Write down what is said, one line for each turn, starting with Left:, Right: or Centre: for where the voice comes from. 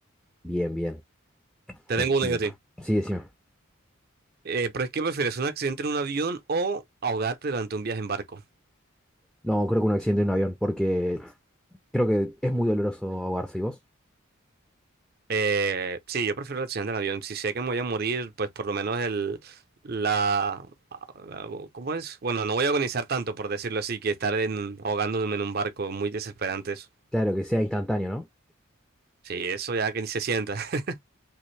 Centre: Bien, bien,
Right: Te
Centre: coincido.
Right: tengo una yo a ti.
Centre: Sí, decime.
Right: Eh, ¿pero es que prefieres un accidente en un avión o ahogarte durante un viaje en barco?
Centre: No, creo que un accidente en un avión, porque creo que es muy doloroso ahogarse y vos.
Right: Eh, sí, yo prefiero el accidente del avión. Si sé que me voy a morir, pues por lo menos el la la- ¿cómo es? Bueno, no voy a agonizar tanto, por decirlo así, que estar en, ahogándome en un barco muy desesperante. eso.
Centre: Claro que sea instantáneo, ¿no?
Right: Sí, eso ya que ni se sienta. <laughs>